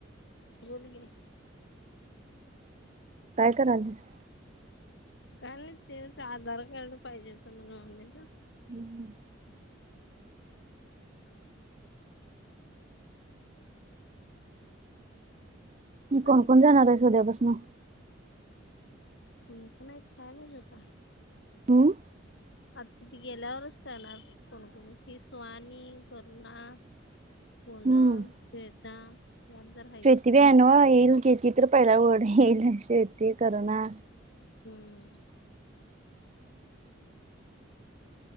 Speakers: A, on the left; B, on the right.
A: बोल की
B: काय करालीस?
A: काय नही तेच आधार कार्ड पाहिजे होत म्हण मम्मीच.
B: हम्म मी
A: आणि
B: कोण
A: काय
B: कोण जाणारेस उद्यापासन?
A: कोण कोण हाईत काय माहित आता
B: हम्म?
A: आता तिथ गेल्यावरच काणार कोणीकणी ति सुवानी करुणा पुनम
B: हम्म
A: श्वेता ह्यात जरा आहेत
B: ती बी हाय नव्ह येईल की किती रुपयाला हाय ओढी ती तर ना
A: हम्म